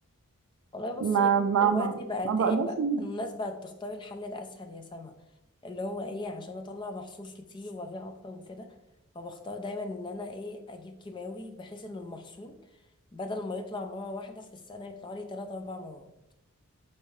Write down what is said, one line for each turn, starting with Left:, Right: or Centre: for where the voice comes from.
Left: والله
Right: ما
Left: بصي
Right: ما
Left: دلوقتي
Right: ما,
Left: بقت
Right: ما بقدرش
Left: ايه بقى
Right: إن-
Left: الناس بقت تختار الحل الاسهل يا سما اللي هو ايه عشان اطلع محصول كتير وابيع اكتر وكده فبختار دايما ان انا ايه اجيب كيماوي بحيث ان المحصول بدل ما يطلع مره واحده في السنه يطلع لي ثلاث اربع مرات